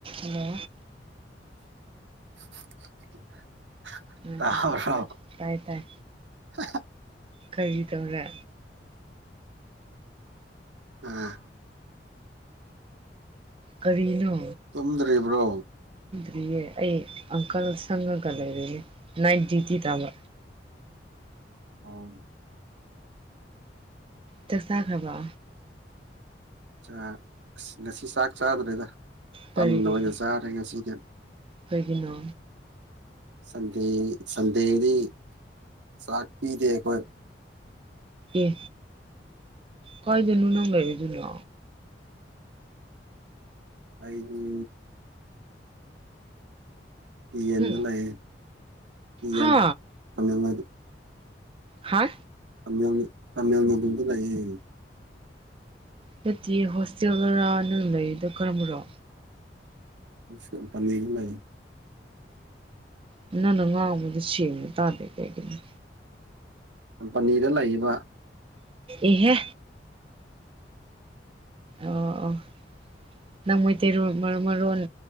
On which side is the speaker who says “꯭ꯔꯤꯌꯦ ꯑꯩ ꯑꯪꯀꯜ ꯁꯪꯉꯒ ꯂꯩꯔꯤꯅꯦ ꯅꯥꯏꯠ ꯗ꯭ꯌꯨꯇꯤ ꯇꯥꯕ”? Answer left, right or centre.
Right